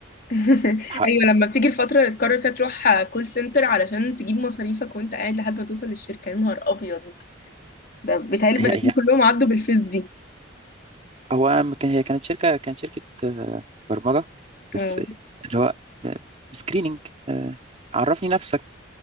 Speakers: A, on the left; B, on the right.
A: <laughs>
B: ح-
A: ايوه لما بتيجي الفتره اللي تقرر فيها تروح كول سنتر علشان تجيب مصاريفك وانت قاعد لحد ما توصل للشركه يا نهار ابيض ده بيتهيألي البني
B: هي هي
A: كلهم عدوا بالفيس دي
B: هو ما كان هي كانت شركة كانت شركة آه، برمجة بس
A: اه
B: اللي هو سكريننج عرفني نفسك